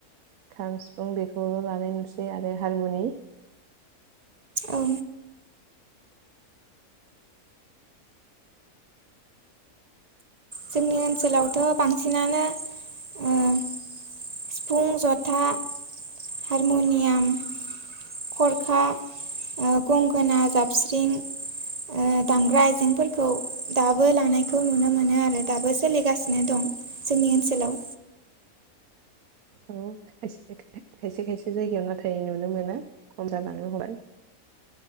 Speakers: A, on the right (about 75°); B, on the right (about 40°).
A: खाम सिफुं बेखौल' लानाय नुसै आरो हारमुनि
B: औ। जोंनि ओनसोलावथ' बांसिनानो ओ सिफुं जथा हारमुनियाम खरखा ओ गंगोना जाबस्रिं ओ दामग्रा आइजेंफोर खौ दाबो लानाय खौ नुनो मोनो आरो। दाबो सोलिगासिनो दं जोंनि ओनसोलाव
A: औ खायसे खायसे जायगायाव नाथाय नुनो मोना खम जालांनो हमबाय।